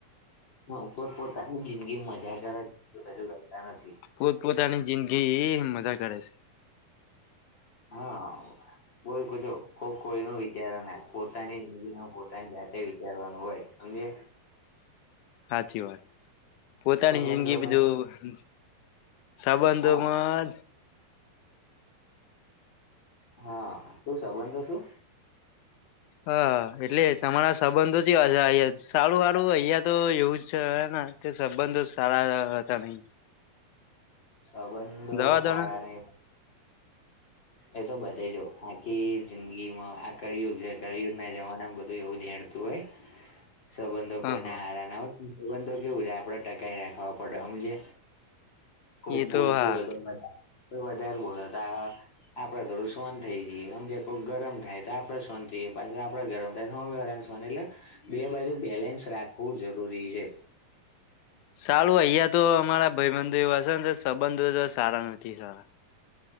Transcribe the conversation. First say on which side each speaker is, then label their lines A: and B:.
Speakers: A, on the left (about 30°); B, on the left (about 70°).
A: હ કોઈ પોતાની જિંદગી મજા કરે કશું કરતા નથી.
B: પોત પોતાની જિંદગી એ મજા કરે છે.
A: હા બોલ કજો કોઈ ન વિચારો ના પોતાની જિંદગીને પોતાની જાતે વિચારવાનું હોય અમને
B: સાચી વાત પોતાની
A: સંબંધોમાં
B: જિંદગી બધું સંબંધોમાં
A: હા હા શું સાબંધ તો શું?
B: હા એટલે તમારા સંબંધો છેશે અ સારું વાળું અહિયાયા તો એવું જ છે, ને તે સંબંધો સારા હતા નહી
A: સંબંધો
B: જવા
A: સારા
B: દો ને
A: નહી એ તો બધે જ આખી જિંદગીમાં આ કળિયુગ છે, કળિયુગના જમાનામાં બધું એવું ધ્યાન તોય
B: <inaudible>
A: સંબંધો
B: હા
A: કોઈને
B: હા
A: હારા ના હોય સંબંધો કેવું છે આપડે ટકાઈ રાખવા પડે સમજે. કોઈક
B: એ
A: બોલતું
B: તો હા
A: હોય તોા વધારે બોલા ત. આપડે થોડું શોન થઈ જઈએમજ કોઈ ગરમ થાય તો આપડે શોન થઈએ પાછ આપડે ગરમ થાય તો હોમી વાળા. એટલે બે બાજુ બેલેન્સ રાખવું જરૂરી છે.
B: સારું અહિયાં તો અમારા ભાઈબંધુ એવા છે ને તો સંબંધો તો સારા નથી સારા.